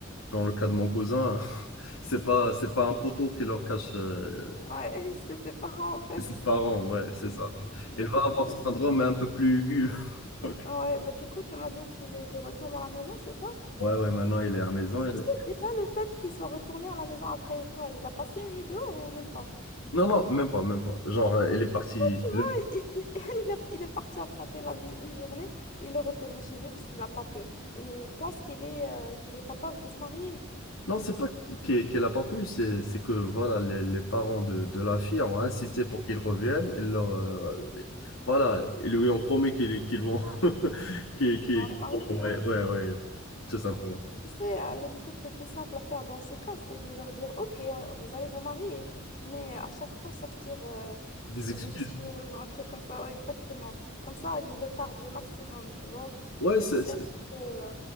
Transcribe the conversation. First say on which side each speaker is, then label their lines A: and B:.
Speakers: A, on the left; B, on the left.
A: dans le cas de mon cousin, <laughs> c'est pas, c'est pas un poteau qui leur cache euh,
B: Ouais, <laughs> c'est ses parents, en fait.
A: ses parents, ouais, c'est
B: Ouais.
A: ça. Donc,
B: Du
A: elle va
B: coup, tu
A: avoir
B: m'as dit.
A: ce syndrome mais un peu plus aigu. <laughs> Donc,
B: Ouais, bah du coup, tu m'as dit qu'il est de retour à la maison, c'est ça?
A: ouais, ouais, maintenant il est à la maison. elle
B: Tu sais, déjà le fait qu'il soit retourné à la maison après quoi? Il a passé une nuit dehors ou même pas?
A: Non, non, même pas, même pas. Genre, euh, elle est partie,
B: Oh, tu
A: le
B: vois, il, il- <laughs> il a- il est parti affronter la vie une journée, il est retourné chez lui parce qu'il a pas peur. Et il pense qu'il est, euh, qu'il est capable de se marier.
A: Non, c'est pas qu'elle qu'elle a pas pu, c'est c'est que voilà, les, les parents de, de la fille ont insisté pour qu'ils reviennent. Et leur, euh, voilà, ils lui ont promis qu'ils qu'ils vont. <laughs> qu'ils, qu'ils-
B: Mais on est
A: qu'ils-
B: mariés.
A: ouais, ouais, ouais, tout simplement.
B: Tu sais, euh, le truc le plus simple à faire dans ce cas, c'est de leur dire, OK, euh, vous allez vous marier, mais à chaque fois sortir euh,
A: Des
B: des
A: excuses.
B: excuses ou un truc comme ça, ouais, exactement. Comme ça, ils retardent le maximum, tu vois.
A: Ouais,
B: Et
A: c'est
B: peut-être
A: c'est-
B: que,